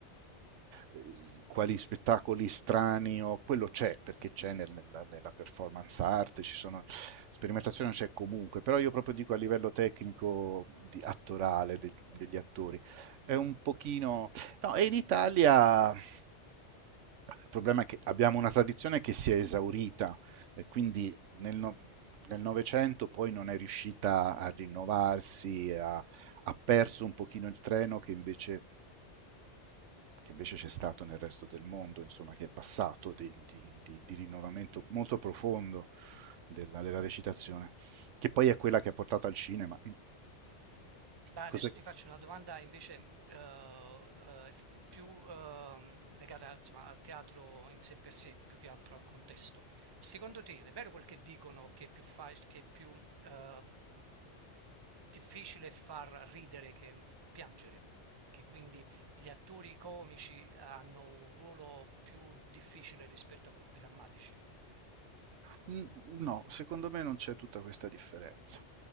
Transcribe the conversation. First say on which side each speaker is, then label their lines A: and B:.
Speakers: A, on the right (about 85°); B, on the right (about 30°).
A: eh, quali spettacoli strani o quello c'è perché c'è nel, nella, nella, performance art, ci sono, sperimentazione c'è comunque, però io proprio dico a livello tecnico di, attorale de, degli attori, è un pochino No, e in Italia il problema è che abbiamo una tradizione che si è esaurita, e quindi nel, no- nel Novecento poi non è riuscita a rinnovarsi, ha, ha perso un pochino il treno che invece, che invece c'è stato nel resto del mondo, insomma, che è passato di, di- di- di rinnovamento
B: Mm.
A: molto profondo della, della recitazione, che poi è quella che ha portato al cinema.
B: Beh,
A: Cos'è?
B: adesso ti faccio una domanda invece eh, eh, s- più ehm, legata insomma, al teatro in sé per sé, più che altro al contesto. Secondo te è vero quel che dicono che è più, fac- che è più eh, difficile far ridere che f- piangere? Che quindi gli attori comici eh, hanno un ruolo più difficile rispetto a quelli drammatici?
A: Mhmm, no, secondo me non c'è tutta questa differenza.